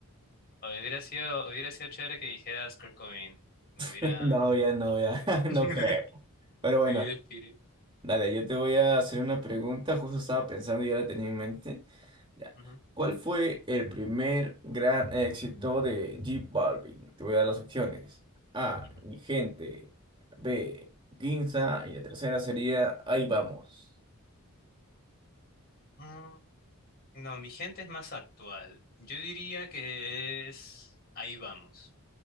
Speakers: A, on the left; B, on the right.
A: O- Hubiera sido, hubiera sido chévere que dijeras Kurt Cobain. Me hubiera...
B: <laughs> No, ya no, ya.
A: Sí.
B: <laughs>
A: <laughs>
B: No creo. Pero bueno,
A: Vivir el espíritu.
B: dale, yo te voy a hacer una pregunta. Justo estaba pensando y ya la tenía en mente. Ya.
A: Ujú,
B: ¿Cuál fue el primer gran éxito de J Balvin? Te voy a dar las opciones. A.
A: ujú.
B: Mi gente. B. Ginza. Y la tercera sería Ahí vamos.
A: Mm, No, mi gente es más actual. Yo diría que es... Ahí vamos.